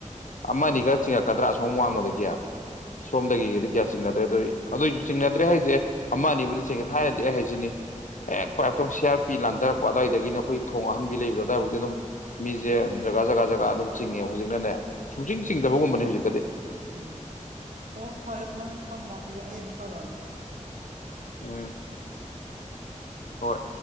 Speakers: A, on the left; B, on the right.
A: ꯑꯃ ꯑꯅꯤ ꯈꯔ ꯆꯤꯡꯉꯛꯀꯗ꯭ꯔꯥ ꯑꯁꯣꯝ ꯋꯥꯡꯃꯗꯒꯤ ꯁꯣꯝꯗꯒꯤꯗꯤ ꯀꯌꯥ ꯆꯤꯡꯅꯗ꯭ꯔꯦ ꯑꯗꯨꯏ ꯑꯗꯨꯏ ꯆꯤꯡꯅꯗ꯭ꯔꯦ ꯍꯥꯏꯁꯦ ꯑꯃ ꯑꯅꯤꯕꯨꯗꯤ ꯆꯤꯡꯉꯦ ꯊꯥꯏꯅꯗꯤ ꯑꯩ ꯍꯥꯏꯁꯤꯅꯤ ꯍꯦꯛ ꯄꯥꯏꯄꯊꯣꯡ ꯁꯤꯌꯥꯔꯄꯤ ꯂꯥꯟꯊꯔꯛꯄ ꯑꯗꯨꯋꯥꯏꯗꯒꯤꯅ ꯑꯈꯣꯏ ꯊꯣꯡ ꯑꯥꯍꯟꯕꯤ ꯂꯩꯕꯗꯣ ꯑꯗꯨꯋꯥꯏꯐꯥꯎꯗꯤ ꯑꯗꯨꯝ ꯃꯤꯁꯦ ꯖꯒꯥ ꯖꯒꯥ ꯖꯒꯥ ꯑꯗꯨꯝ ꯆꯤꯡꯉꯦꯕ ꯍꯧꯖꯤꯛꯅꯅꯦ ꯁꯨꯡꯖꯤꯡ ꯆꯤꯡꯗꯕꯒꯨꯝꯕꯅꯤ ꯍꯧꯖꯤꯛꯀꯗꯤ
B: ꯎꯝ ꯍꯣ ꯍꯣ ꯐꯔꯦ ꯅꯪ ꯅ ꯊꯝꯃꯣ ꯑꯗꯨꯗ ꯑꯩ ꯑꯃꯨꯛ ꯇꯧꯔꯛꯑꯒꯦ
A: ꯎꯝ ꯍꯣꯏ